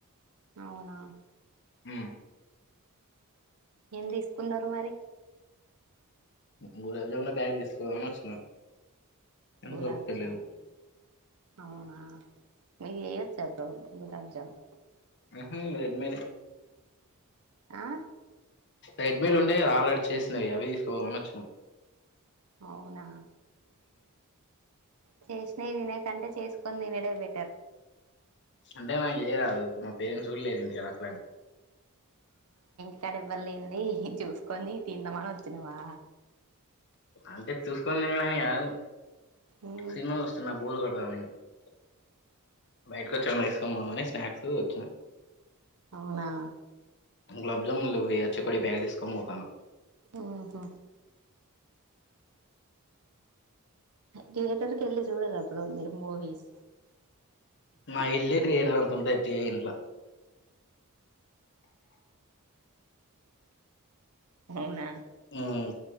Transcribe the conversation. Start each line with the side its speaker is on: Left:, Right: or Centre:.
Right: అవునా
Left: ఉం
Right: ఎందిస్ కున్నారు మరి
Left: గ గులాబ్ జమ్ల ప్యాకెట్ తీసుకాపోదామని వచ్చిన కానీ
Right: గులాబ్జామ్
Left: దొరుకుతలేవు
Right: అవునా నీకు చెయ్యచ్చ బ్రో గులుగాం చాలు
Left: ఉహుం రెడ్మేడ్ ఎ
Right: ఆ
Left: రెడ్మేడ్ ఉంటై గా ఆల్రెడీ చేసినయి అవే తీసుకుపోదామని అచ్చినం
Right: అవునా చేష్ణయి తినా కంటే చేసుకుని తినుడే బె
Left: అంటే మకు చెయ్యరాదు ఇపుడు మాక్ పేరెంట్స్ కూడా లేరు ఇంటికాడ అట్లని
Right: చడవ్ ఎవ్వలేంది చూసుకొని తిందామని వచ్చినవా
Left: అంటే చూసుకొని తినడని కాదు
Right: ఉహు
Left: సినిమా చుస్తున్నా బోర్ కొ <unintelligible> బయటకు వచ్చా వేస్కో పొ అని స్నాక్స్ వచిన
Right: అవునా
Left: గులాబ్ జాములు వేయ డే బ్యాగ్ తీస్కొని పోతన్నా
Right: మ్ హు తియటర్ కేళి చూడరా <unintelligible> మూవిస్
Left: మ ఇల్లే కేరంట తి ఇంట్లో
Right: అవునా
Left: మ్